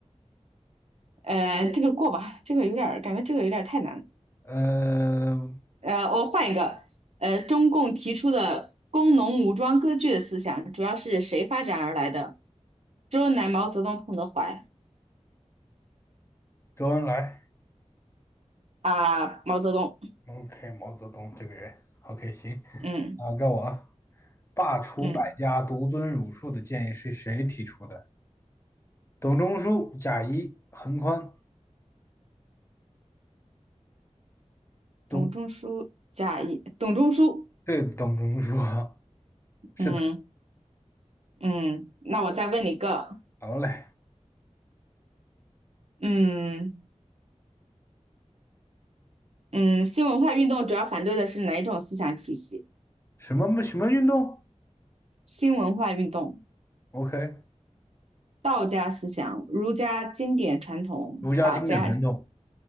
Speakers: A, on the right (about 60°); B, on the left (about 20°).
A: 呃，这个过吧，这个有点儿感觉这个有点儿太难了。
B: 呃，
A: 呃，我换一个。呃，中共提出的工农武装割据的思想，主要是谁发展而来的？周恩来、毛泽东、彭德怀
B: 周恩来
A: 啊，毛泽东。
B: ，OK，毛泽东这个人，OK，行，
A: 嗯
B: 啊，该我啊。罢黜百家，
A: 嗯，
B: 独尊儒术的建议是谁提出的？董仲舒、贾谊、桓宽。董，
A: 董仲舒、贾谊、董仲舒。
B: 对，董仲舒 <laughs> 是的。
A: 嗯嗯，那我再问你一个。
B: 好嘞，
A: 嗯。嗯，新文化运动主要反对的是哪一种思想体系？
B: 什么什么运动
A: 新文化运动、
B: ？OK，
A: 道家思想、儒家经典传统、
B: 儒家经典传统，
A: 法家